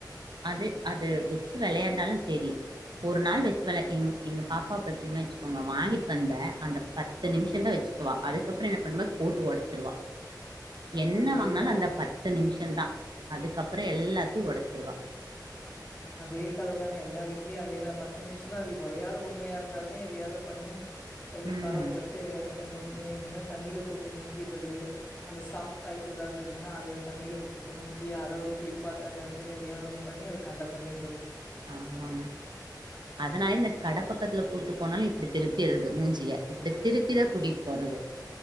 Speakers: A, on the right; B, on the left.
A: அது அது வச்சு வெளையாட்னாலு சரி ஒரு நாள் வச்சு விள எங் எங்க பாப்பா பாத்திங்னா வச்சுக்கோங்க வாங்கிட்வந்த அந்த பத்து நிமிஷந்தா வச்சுக்குவா அதுக்கப்பற என்ன பண்ணுவா போட்டு ஒடைச்சிருவா என்ன
B: அதேதா
A: வாங்னாலும் அந்த பத்து நிமிஷந்தான் அதுக்கப் அப்பற எல்லாத்தையு ஒடைச்சிருவா
B: அதே கத தாங்க எல்லா வீட்லயு அதேதா பத்து நிமிஷ தான் அது உடையாத பொம்மையா இருந்தாலுமே எதையாவது பண்ணி கைய
A: ம்.
B: கால ஒடச்சு எதையாவது பண்ணி உ அப்றோ தண்ணியில போட்டு முக்கீறது அந்த ஸாப்டாஸ் ஏதாவது இருந்தன்னா அத தண்ணியில போட்டு முக்கி அத ஒரு குளிப்பாட்டுறங்கறல பேர்ல எதயாவது ஒன்னு பண்ணி அத கண்ட பண்ணிற்றது
A: ஆமாங்க அதனால இந்த கடப்பக்கத்துல கூட்டு போனாலு இப்படி திருப்பிடுறது மூஞ்சிய இப்படி திருப்பி தான் கூட்டி போறது